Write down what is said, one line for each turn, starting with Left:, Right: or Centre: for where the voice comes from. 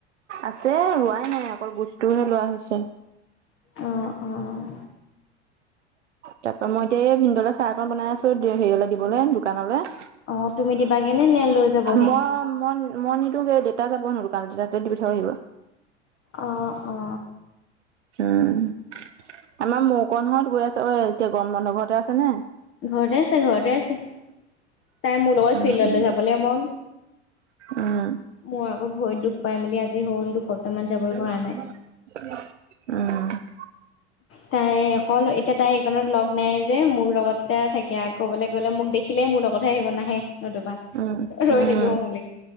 Right: আছে হোৱাই নাই আকৌ বস্তুহে লোৱা হৈছে
Left: উম, উম,
Right: তাৰ পৰা মই এতিয়া এই ভিনদলৈ চাহ অকন বনাই আছো হেৰিয়লে দিবলৈ দোকানলৈ
Left: অ', তুমি দিবাগেনে নে লৈ যাবহি
Right: মই - মই - মই, নিদোগে দেতা যাব নো দোকান, তেতিয়া দি থৈ আহিব
Left: অ' অ'
Right: উম, আমাৰ মৌকণহৰত গৈ আছে ঐ এতিয়া গৰম বন্ধ ঘৰতে আছে নে?
Left: ঘৰতে আছে ঘৰতে আছে তাই মো লগত
Right: উম
Left: ফিল্ডলৈ যাবলৈ মন
Right: উম
Left: মোৰ আকৌ ভৰিত দুখ পাই মেলি আজি হ'ল দুসপ্তাহ মান যাবই
Right: উম,
Left: পৰা নাই।
Right: উম।
Left: তাই অকল এতিয়া তাই এইখনত লগ নাই যে মোৰ লগতে থাকে ক'বলৈ গ'লে মোক দেখিলেই মোৰ লগতহে আহিব নাহে নতুবা
Right: উম,
Left: ৰৈ
Right: উম,
Left: থাকিব মোলে।